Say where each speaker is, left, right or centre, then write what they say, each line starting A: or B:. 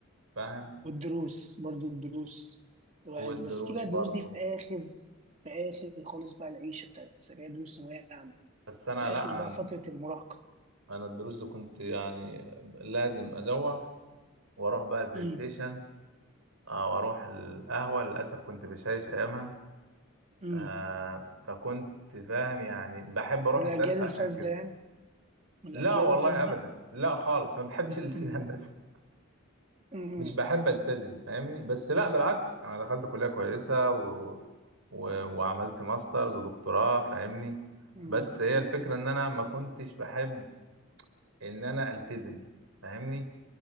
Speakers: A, on the right (about 75°); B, on the right (about 35°).
A: فاهم
B: والدروس برضو الدروس الواحد
A: والدروس
B: بس دي بقى الدروس
A: برضو
B: دي في اخر في اخر خالص بقى العيشه بتاعت السريع دروس ثانويه عامه
A: بس انا
B: في اخر
A: لا انا
B: بقى فتره المراهقه
A: انا الدروس دي كنت يعني لازم ازوغ واروح بقى البلاي
B: امم
A: ستيشن او اروح القهوه للاسف كنت بشايش ايامها
B: امم
A: آه فكنت فاهم يعني بحب اروح
B: من الاجيال
A: الدرس
B: الفاسده
A: عشان كده
B: يعني من الاجيال
A: لا والله
B: الفاسده
A: ابدا لا خالص ما بحبش <laughs> الالتزام
B: امم
A: بس
B: امم
A: مش بحب التزم فاهمني بس لا بالعكس انا دخلت كليه كويسه و... و... وعملت ماسترز ودكتوراه فاهمني
B: امم
A: بس هي
B: امم
A: الفكره ان انا ما كنتش بحب ان انا التزم فاهمني